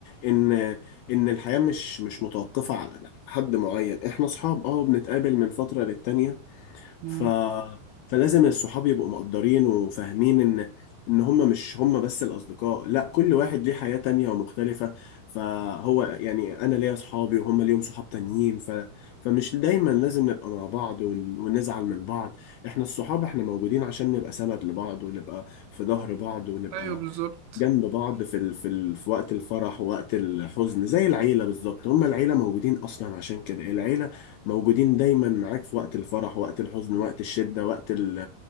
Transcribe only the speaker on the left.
ان ان الحياة مش مش متوقفة على حد معين احنا اصحاب اه بنتقابل من فترة للتانية
ف فلازم الصحاب يبقوا مقدرين وفاهمين ان ان هم مش هم بس الاصدقاء لا كل واحد ليه حياة تانية ومختلفة فهو يعني انا ليا صحابي وهم ليهم صحاب تانيين ف... فمش دايما لازم نبقى مع بعض ون... ونزعل من بعض احنا الصحاب احنا موجودين عشان نبقى سند لبعض ونبقى في ظهر بعض ونبقى
جنب بعض في ال... في ال... في وقت الفرح ووقت الحزن زي العيلة بالظبط هما العيلة موجودين أصلا عشان كده العيلة موجودين دايما معاك في وقت الفرح وقت الحزن وقت الشدة وقت ال...